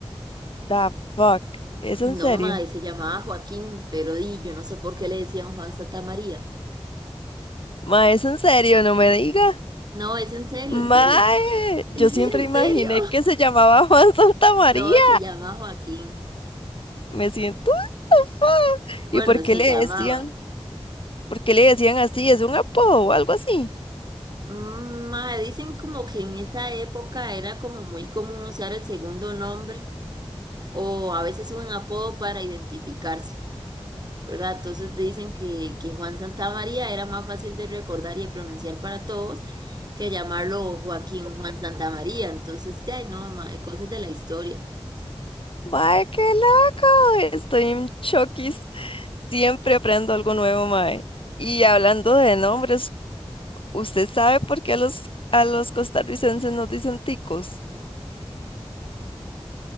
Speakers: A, on the left; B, on the right.
A: The fuck. ¿Es en serio?
B: No, mae, se llamaba Joaquín, pero di, yo no sé por qué le decían Juan Santa María.
A: Ma, es en serio, no me diga.
B: No, es en serio,
A: Ma,
B: en serio. <laughs>
A: yo
B: ¿En
A: siempre imaginé
B: serio?
A: que se llamaba <laughs> Juan Santamaría.
B: No, se llama Joaquín.
A: Me siento estafada.
B: Bueno,
A: ¿Y por qué
B: se
A: le
B: llamaba.
A: decían? ¿Por qué le decían así? ¿Es un apodo o algo así?
B: Mm, Mae, dicen como que en esa época era como muy común usar el segundo nombre o a veces un apodo para identificarse. ¿verdad? Entonces dicen que, que Juan Santamaría era más fácil de recordar y de pronunciar para todos que llamarlo Joaquín Juan Santamaría. Entonces, ay, no, mae, cosas de la historia.
A: ¡Mae, qué loco! Estoy en choquis. Siempre aprendo algo nuevo, mae. Y hablando de nombres, ¿usted sabe por qué a los, a los costarricenses nos dicen ticos?